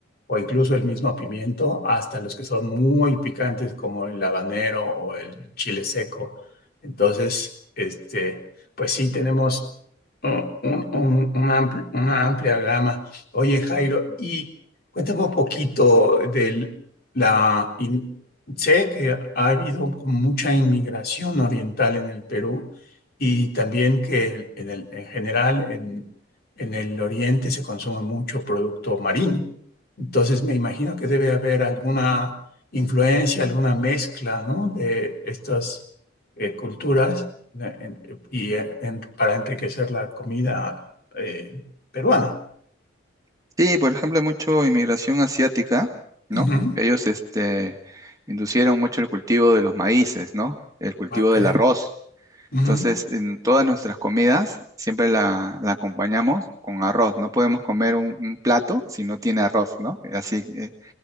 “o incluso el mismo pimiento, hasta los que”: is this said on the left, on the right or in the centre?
Left